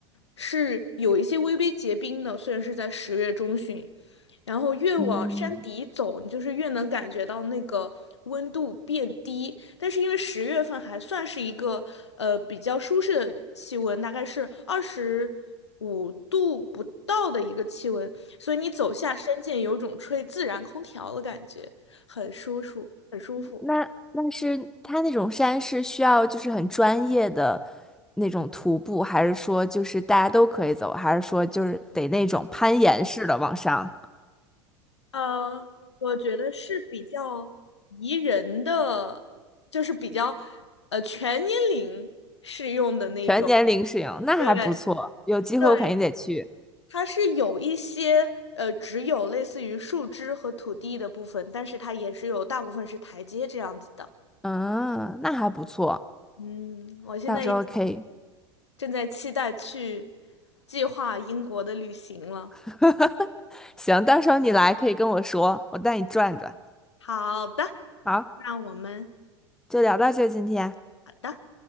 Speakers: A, on the left (about 75°); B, in the centre.
A: 是有一些微微结冰的，虽然是在十月中旬，然后越往山底走，
B: 嗯，
A: 你就是越能感觉到那个温度变低。但是因为十月份还算是一个呃比较舒适的气温，大概是二十五度不到的一个气温，所以你走下山涧，有种吹自然空调的感觉，很舒服，很舒服。
B: 那那是他那种山是需要就是很专业的那种徒步，还是说就是大家都可以走，还是说就是得那种攀岩式的往上，
A: 呃，我觉得是比较宜人的，就是比较呃全年龄适用的那一种。
B: 全年龄适应？那还不错，
A: 对
B: 有机会我肯定得去。
A: 对，它是有一些呃只有类似于树枝和土地的部分，但是它也是有大部分是台阶这样子的。
B: 嗯，那还不错，
A: 嗯，我现在也
B: 到时候可以，
A: 正在期待去计划英国的旅行了。
B: <laughs> 行，到时候你来可以跟我说，我带你转转。
A: 好的，
B: 好，
A: 那我们
B: 就聊到这，今天。
A: 好的。